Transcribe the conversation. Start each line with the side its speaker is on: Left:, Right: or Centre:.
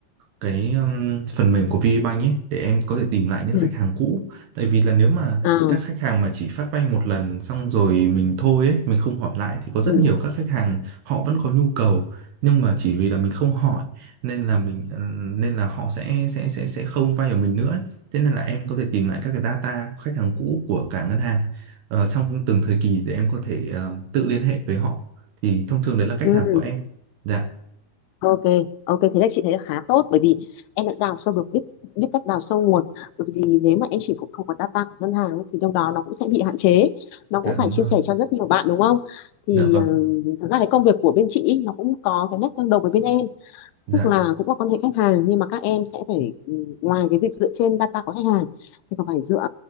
Right: cái um, phần mềm của VPBank ấy để em có thể tìm lại những
Left: ừ,
Right: khách hàng cũ tại vì là nếu mà
Left: à,
Right: các khách hàng mà chỉ phát vay một lần xong rồi mình thôi ấy mình không hỏi lại thì có rất
Left: ừ,
Right: nhiều các khách hàng họ vẫn có nhu cầu nhưng mà chỉ vì là mình không hỏi nên là mình ừ, nên là họ sẽ sẽ sẽ sẽ không vay ở mình nữa ấy. Thế nên là em có thể tìm lại các cái data khách hàng cũ của cả ngân hàng ờ, trong từng thời kỳ để em có thể ờ, tự liên hệ với họ thì thông thường đấy là cách
Left: ừ.
Right: làm của em dạ
Left: Ok, ok thế là chị thấy là khá tốt bởi vì em đã đào sâu được biết biết cách đào sâu nguồn. Bởi vì gì, nếu mà em chỉ phụ thuộc vào data của ngân hàng ấy, thì đâu đó nó cũng sẽ bị hạn chế, nó cũng
Right: dạ đúng
Left: phải chia
Right: rồi
Left: sẻ cho rất nhiều bạn đúng không? Thì
Right: dạ vâng
Left: ừm, thật ra cái công việc của bên chị ý, nó cũng có cái nét tương đồng với bên em
Right: dạ
Left: tức là cũng là quan hệ khách hàng nhưng mà các em sẽ phải ừ, ngoài cái việc dựa trên data của khách hàng thì còn phải dựa